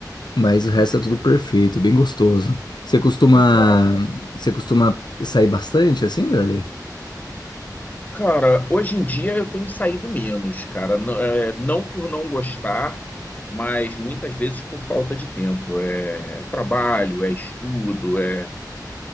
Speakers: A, on the left (about 80°); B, on the left (about 25°).
A: Mas o
B: Entendi.
A: resto é tudo perfeito, bem gostoso. Você costuma,
B: Pô, top.
A: você costuma sair bastante assim, Darley?
B: Cara, hoje em dia eu tenho saído menos, cara. Não, é, não por não gostar, mas muitas vezes por falta de tempo. É trabalho, é estudo, é